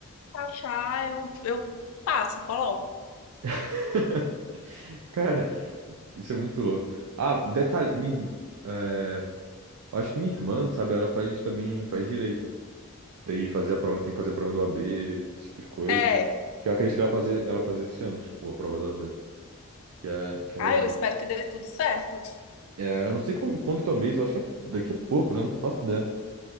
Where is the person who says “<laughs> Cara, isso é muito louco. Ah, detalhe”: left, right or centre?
Right